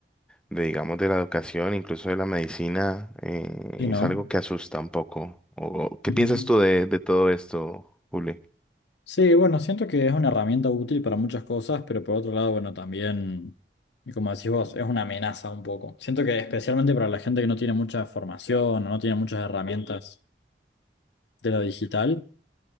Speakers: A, in the centre; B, on the left.
A: de, digamos, de la educación, incluso de la medicina, eh,
B: Sí,
A: es
B: ¿no?
A: algo que asusta un poco. O- o- ¿qué
B: Ujú.
A: piensas tú de, de todo esto, Juli?
B: Sí, bueno, siento que es una herramienta útil para muchas cosas, pero por otro lado, bueno, también, y como decís vos, es una amenaza un poco. Siento que especialmente para la gente que no tiene mucha formación o no tiene muchas herramientas de lo digital,